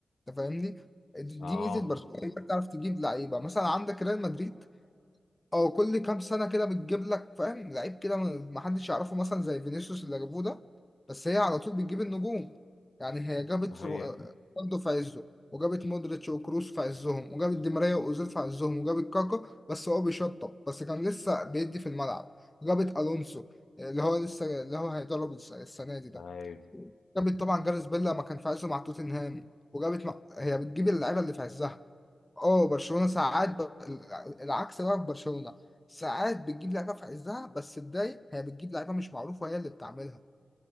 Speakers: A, on the left; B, on the left.
A: انت فاهمني دي
B: اه
A: ميزه برشلونه انت بتعرف تجيب لعيبه مثلا عندك ريال مدريد او كل كام سنه كده بتجيب لك فاهم لعيب كده ما ما حدش يعرفه مثلا زي فينيسيوس اللي جابوه ده بس هي على طول بتجيب النجوم يعني هي جابت
B: صحيح
A: رو- رونالدو في عزه وجابت مودريتش وكروس في عزهم وجابت دي ماريا واوزيل في عزهم وجابت كاكا بس هو بيشطب بس كان لسه بيدي في الملعب وجابت الونسو اللي هو لسه اللي هو هيدرب الس- السنه دي ده
B: أيوة.
A: جابت طبعا جاريث بيل لما كان في عزه مع توتنهام وجابت مع... هي بتجيب اللعيبه اللي في عزها اه برشلونه ساعات ب... العكس بقى في برشلونه ساعات بتجيب لعيبه في عزها بس الدايم هي بتجيب لعيبه مش معروفه وهي اللي بتعملها